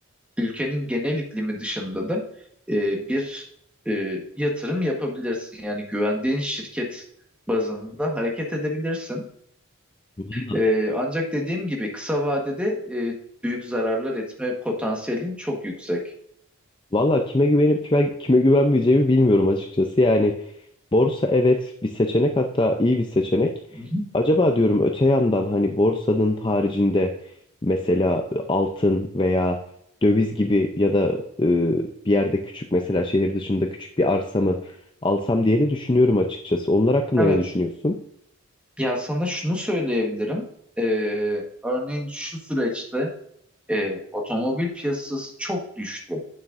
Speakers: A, in the centre; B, on the left (about 20°).
A: ülkenin genel iklimi dışında da e, bir e, yatırım yapabilirsin. Yani güvendiğin şirket bazında hareket edebilirsin.
B: Valla
A: E, ancak dediğim gibi kısa vadede e, büyük zararlar etme potansiyelin çok yüksek.
B: valla kime güvenip kime, kime güvenmeyeceğimi bilmiyorum açıkçası. Yani borsa evet bir seçenek hatta iyi bir seçenek.
A: Hı hı.
B: Acaba diyorum öte yandan hani borsanın haricinde mesela altın veya döviz gibi ya da e, bir yerde küçük mesela şehir dışında küçük bir arsa mı alsam diye de düşünüyorum açıkçası. Onlar hakkında
A: Evet.
B: ne düşünüyorsun?
A: Ya sana şunu söyleyebilirim. E, örneğin şu süreçte e, otomobil piyasası çok düştü.